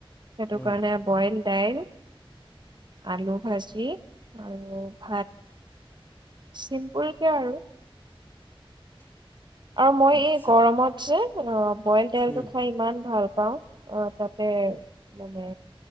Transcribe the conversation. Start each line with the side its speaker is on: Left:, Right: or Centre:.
Right: সেইটো
Left: উম,
Right: কাৰণে বইল দাইল, আলুভাজি আৰু ভাত চিম্পুলকে আৰু। আৰু মই
Left: আচ্ছা।
Right: এই গৰমত যে <unintelligible> ব'ইল তেলটো
Left: উম,
Right: খাই ইমান ভাল পাওঁ, অ, তাতে মানে